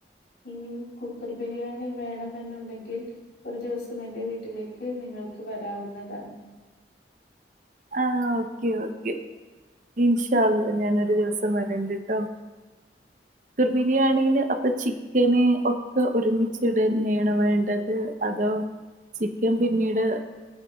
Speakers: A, on the left; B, on the right.
A: ഈ കുക്കർ ബിരിയാണി വേണം എന്നുണ്ടെങ്കിൽ ഒരു ദിവസം എന്റെ വീട്ട വീട്ടിലേക്ക് നിങ്ങൾക്ക് വരാവുന്നതാണ്
B: ആ ഓക്കെ ഓക്കെ ഇ ൻഷാ അല്ലാഹ് ഞാനൊരു ദിവസം വരണ്ടിട്ടോ ർ ബിരിയാണിയില് അപ്പൊ ചിക്കന് ഒക്കെ ഒരുമിിച്ചട്ന്നെയാണ് വേണ്ടത് അതോ ചിക്കൻ പിന്നീട്